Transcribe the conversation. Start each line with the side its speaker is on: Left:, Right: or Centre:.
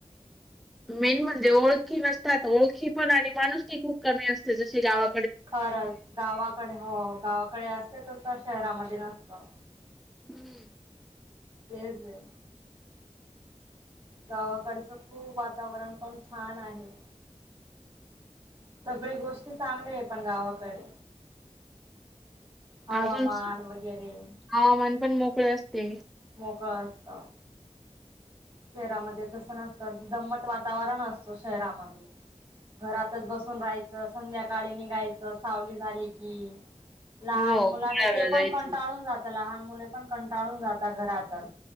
Centre: मेन म्हणजे ओळखी नसतात ओळखी पण आणि माणूस ही खूप कमी असते जशी गावा
Right: खरंच गावाकडे हो गावाकडे असते तस शहरामध्ये नसतं
Centre: हम्म
Right: तेज आहे गावाकडचं खूप वातावरण पण छान आहे सगळी गोष्टी चांगली आहे पण गावाकडे हवामान
Centre: अजून
Right: वगैरे
Centre: हवामान पण मोकळे असते.
Right: मोकळ असत शहरामध्ये तस नसतं दम्मट वातावरण असतो शहरामध्ये घरातच बसून राहायचं संध्याकाळी निघायचं सावली झाली की लहान
Centre: हो
Right: मुलांना
Centre: फिरायला
Right: ते पण
Centre: जायचं.
Right: कंटाळून जात लहान मुले पण कंटाळून जातात घरातच